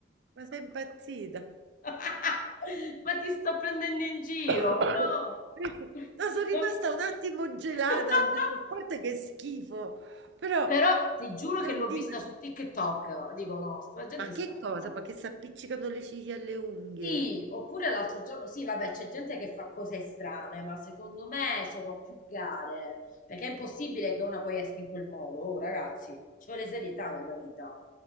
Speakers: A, on the right; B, on the left.
A: ma sei impazzita?
B: <laughs> Ma ti sto prendendo in giro,
A: <coughs>
B: no? No.
A: No, son rimasta un attimo gelata,
B: <laughs>
A: ho detto: "A parte che schifo", però
B: Però ti giuro che
A: oddio,
B: l'ho vista su TikTok. Dico, no, sta gente
A: ma
B: sta
A: che
B: male.
A: cosa? Ma che s'appiccicano le ciglia alle unghie?
B: Sì, oppure l'altro giorno, sì, vabbè, c'è gente che fa cose strane, ma secondo me sono più gare, perché è impossibile che una poi esca in quel modo, oh ragazzi, ci vuole serietà nella vita.